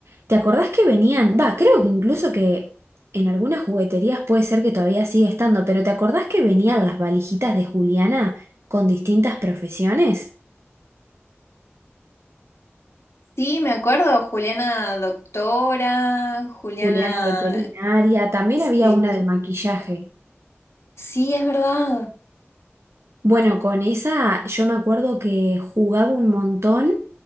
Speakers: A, on the right; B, on the left.
A: ¿te acordás que venían? Va, creo que incluso que en algunas jugueterías puede ser que todavía sigue estando, pero ¿te acordás que venían las valijitas de Juliana con distintas profesiones?
B: Sí, me acuerdo, Juliana Doctora, Juliana...
A: Juliana veterinaria, también
B: Sí,
A: había una de maquillaje.
B: sí, es verdad.
A: Bueno, con esa yo me acuerdo que jugaba un montón.